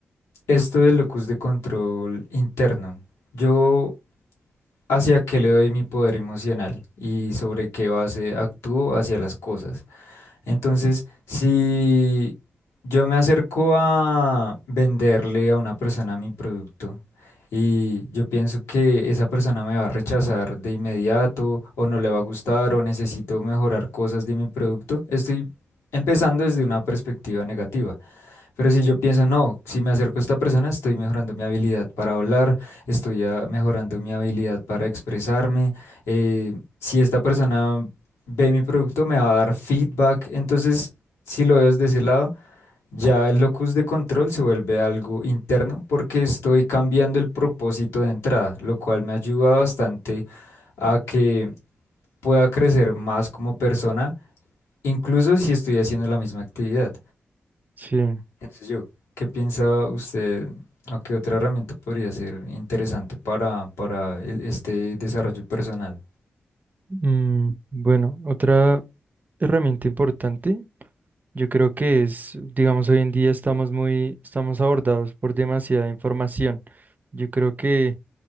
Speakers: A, on the left; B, on the right.
A: esto del locus de control interno? Yo hacia qué le doy mi poder emocional y sobre qué base actúo hacia las cosas. Entonces, si yo me acerco a venderle a una persona mi producto y yo pienso que esa persona me va a rechazar de inmediato o no le va a gustar o necesito mejorar cosas de mi producto, estoy empezando desde una perspectiva negativa. Pero si yo pienso, no, si me acerco a esta persona, estoy mejorando mi habilidad para hablar, estoy ah, mejorando mi habilidad para expresarme. eh, si esta persona ve mi producto, me va a dar feedback. Entonces, si lo veo desde ese lado, ya el locus de control se vuelve algo interno porque estoy cambiando el propósito de entrada, lo cual me ayuda bastante a que pueda crecer más como persona, incluso si estoy haciendo la misma actividad
B: Sí.
A: pienso yo, ¿qué piensa usted o qué otra herramienta podría ser interesante para, para el- este desarrollo personal?
B: Mm, bueno, otra herramienta importante, yo creo que es, digamos, hoy en día estamos muy, estamos abordados por demasiada información. Yo creo que